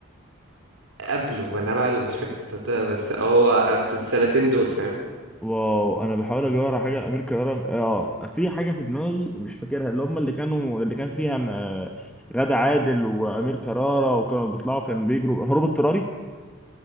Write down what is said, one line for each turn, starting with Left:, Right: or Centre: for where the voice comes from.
Right: قبله ولا بعده مش فاكر تصدق بس هو في السنتين دول فاهم
Centre: واو انا بحاول ادور على حاجه امير كرارة اه في حاجه في دماغي مش فاكرها اللي هم اللي كانوا اللي كان فيها م- آه، غادة عادل وامير كرارة وكانوا بيطلعوا كان بيجروا هروب اضطراري